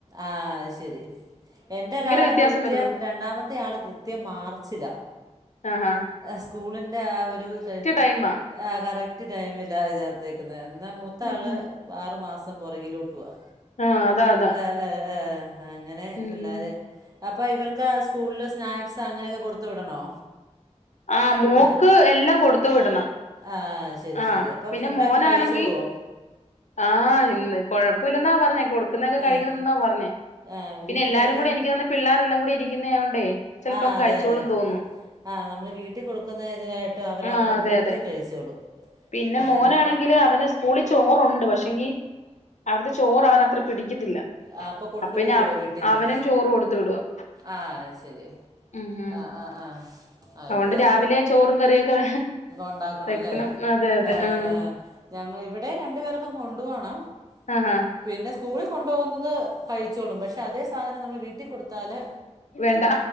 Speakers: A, on the right; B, on the left.
A: ആഹ് അത് ശരി എൻ്റെ ഒരാൾ
B: വ്യത്യാസം
A: കൃത്യം
B: വരുന്നു
A: രണ്ടാമത്തെയാൾ കൃത്യം മാർച്ചിലാ
B: ആഹ് ഹാ
A: സ്കൂളിന്റെ ആഹ് ഒരു ക
B: ടൈമാ
A: ആഹ് കറക്റ്റ് ടൈമിലാ ചേർത്തേക്കുന്നെ എന്നാ മൂത്താള്
B: ഉം
A: ആറ് മാസം പുറകിലോട്ടുവാ
B: ആഹ് അതാ അതാ
A: ഏഹ് ഏഹ് എഹ് അങ്ങനെ
B: ഉം
A: പിള്ളേര് അപ്പം ഇവർക്ക് സ്കൂളിൽ സ്നാക്സ് അങ്ങനെക്കെ കൊടുത്തു വിടണോ?
B: ആഹ്
A: സ്കൂളിൽ
B: മോക്ക് എല്ലം കൊടുത്തു വിടണം
A: ആഹ് ശരി
B: ആഹ്
A: ശരി അപ്പൊ
B: പിന്നെ
A: ഫുഡൊക്കെ
B: മോനാണെങ്കി
A: കഴിച്ചോളോ
B: ആഹ് ഇന്ന് കൊഴപ്പില്ലെന്നാ പറഞ്ഞെ കൊടുക്കുന്നെക്കെ കഴിക്ക്ണ്ട്
A: ഏഹ്
B: ന്നാ പറഞ്ഞേ
A: ആഹ്
B: പിന്നെ
A: വീട്ടിലൊക്കെയോ
B: എല്ലാരു കൂടെ എനിക്ക് തോന്നുന്നു പിള്ളേരെല്ലാം കൂടി ഇരിക്കുന്ന യായോണ്ടേ ചിലപ്പോം
A: ആഹ് അതെ
B: കഴിച്ചോളുന്ന്
A: അതെ
B: തോന്നു.
A: ആഹ് നമ്മള് വീട്ടി കൊടുക്കുന്ന തിനായിട്ട് അവര്
B: ആഹ്
A: അവര്ടെ
B: അതെ
A: കൂട്ടത്തി
B: അതെ
A: കഴിച്ചോളും
B: പിന്നെ
A: ആഹ്
B: മോനാണെങ്കില്
A: ഇവിടെ
B: അവന് സ്കൂളി ചോറുണ്ട് പക്ഷെങ്കി അവിട്ത്തെ ചോറ് അവൻ അത്ര പിടിക്കത്തില്ല
A: അഹ് അപ്പൊ കൊണ്ടു
B: പിന്നെ
A: പോവോ
B: അവ
A: വീട്ടീന്ന്
B: അവനും ചോറ് കൊടുത്ത് വിടുവാ
A: ആഹ് അയ് ശരി
B: ഉം ഉം
A: ആഹ് ആഹ് ആഹ് അ
B: അതുകൊണ്ട്
A: ഇവിടെ
B: രാവിലെ ചോറും കറിയൊക്കെ
A: ഉണ്ടാക്കണം
B: വെക്കണം
A: അല്ലേ
B: അതെ അതെ
A: എഹ്
B: ആഹ്
A: എഹ് ഇവിടേം രണ്ടു പേർക്കും കൊണ്ടു പോകണം
B: ആഹ് ഹ
A: പിന്നെ സ്കൂളിൽ കൊണ്ടോകുന്നത് കഴിച്ചോളും പക്ഷെ അതേ സാധനം നമ്മൾ വീ ണ്ട് കൊടുത്താല്
B: വേണ്ട